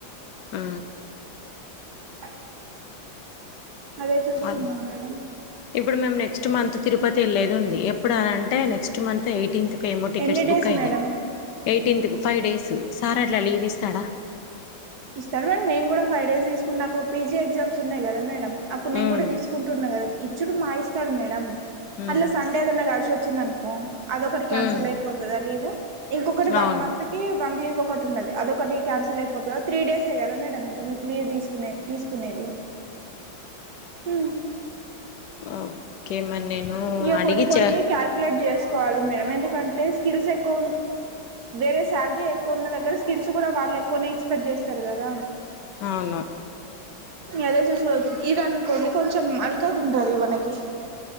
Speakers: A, on the left; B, on the right.
A: ఆ
B: <inaudible> అదే చూస్తున్నా
A: అద్
B: మేడం.
A: ఇప్పుడు మేము నెక్స్ట్ మంత్ తిరుపతి ఎళ్ళేది ఉంది. ఎప్పుడు అని అంటే నెక్స్ట్ మంత్ ఎయిటీన్త్. కేమో టికెట్స్
B: ఎన్ని
A: బుక్
B: డేస్
A: అయినయి.
B: మేడం
A: ఎయిటీన్త్కు ఫైవ్ డేస్ సార్ అట్లా లీవ్ ఇస్తడా.
B: ఇస్తాడు మేడం. నేను కూడా ఫైవ్ డేస్ తీసుకున్నా, నాకు పీజీ ఎగ్జామ్స్ ఉన్నయి కదా మేడమ్. అప్పుడు నేను
A: ఉమ్
B: కూడా తీసుకుంటున్నా కదా. ఇచ్చుడు మాయిస్తాడు మేడం
A: ఉమ్
B: అల్లా సండే ఏదన్నా కలిశి వచ్చిందనుకో అదొకటి క్యాన్సల్
A: ఉమ్
B: అయిపోతదా లీవ్, ఇంకొకటి
A: అవును
B: వన్ మంత్ కి వన్ లీవ్ ఒకటి ఉన్నది అదొకటి క్యాన్సిల్ అయిపోతదా. త్రీ డేసే కదా మేడమ్ ఇంక మీకు లీవ్ తీసుకునేది. తీసుకునేది హ్
A: ఆ ఓకే మరి నేను
B: ఇగ
A: అడిగి
B: కొన్ని కొన్ని
A: చే
B: క్యాలిక్యులేట్ చేసుకోవాలి మేడం. ఎందుకంటే స్కిల్స్ ఎక్కువ ఉం వేరే సాలరీ ఎక్కువ ఉన్న దగ్గర స్కిల్స్ కూడా వాళ్ళు ఎక్కువనే ఎక్స్పెక్ట్ చేస్తరు కదా.
A: అవును.
B: అదే చూసి ఇది అనుకోండి కొంచెం అలుకగా ఉంటది మనకి